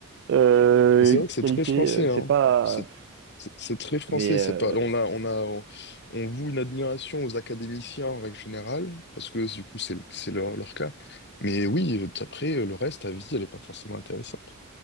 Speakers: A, on the right; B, on the left.
A: euh,
B: Et c'est vrai que c'est
A: qualité,
B: très français,
A: euh,
B: hein.
A: c'est pas.
B: C'est c'est- c'est très français.
A: Mais
B: C'est
A: euh,
B: pas, on a, on a, on, on voue une admiration aux académiciens en règle générale, parce que du coup, c'est le- c'est leur, leur cas. Mais oui, après, euh, le reste, ta vie, elle est pas forcément intéressante.